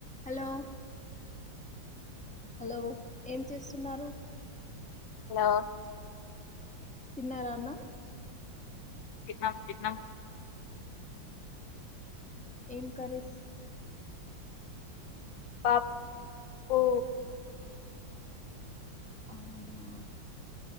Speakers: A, in the centre; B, on the left.
A: hello hello ఏం చేస్తున్నారు
B: hello
A: తిన్నారన్నాం
B: చినం చిహనం
A: ఏం కరీస్
B: పా పోఓ
A: అవునా